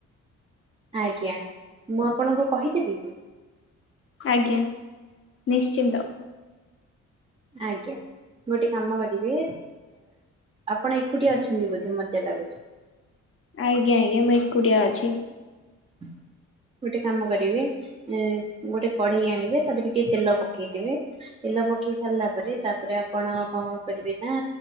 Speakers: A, on the right; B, on the left.
A: ଆଜ୍ଞା ମୁଁ ଆପଣଙ୍କୁ କହିଦେବି କି?
B: ଆଜ୍ଞା ନିଶ୍ଚିନ୍ତ।
A: ଆଜ୍ଞା। ଗୋଟେ କାମ କରିବେ ଆପଣ ଏକୁଟିିଆ ଅଛନ୍ତି ବୋଧେ ମଜା ଲାଗୁଛି।
B: ଆଜ୍ଞା ଆଜ୍ଞା ମୁଁ ଏକୁଟିଆ ଅଛି।
A: ହ ଗୋଟେ କାମ କରିବେ ଏ ଗୋଟେ କଢେଇ ଆଣିବେ ତା ଦେହରେ ଟିକେ ତେଲ ପକେଇ ଦେବେ। ତେଲ ପକେଇ ସାରିଲା ପରେ ତାପରେ ଆପଣ କଣ କରିବେ ନା